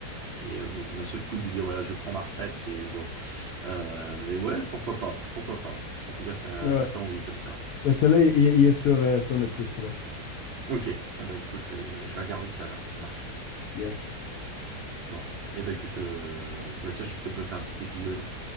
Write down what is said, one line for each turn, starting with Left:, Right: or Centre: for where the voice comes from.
Right: Et euh, bon, d'un seul coup de dire voilà, je prends ma retraite, c'est bon. Euh, mais ouais, pourquoi pas, pourquoi pas. En tout cas, ça,
Left: Ouais.
Right: ça fait envie comme ça.
Left: Mais celui-là, il, il- il est sur, euh, sur Netflix, là.
Right: Ok. Ah bah écoute, je vais, euh, je vais regarder ça alors. Ça marche.
Left: Yes.
Right: Bon. Eh ben écoute, euh, bah tiens, je vais peut-être me faire un petit épisode.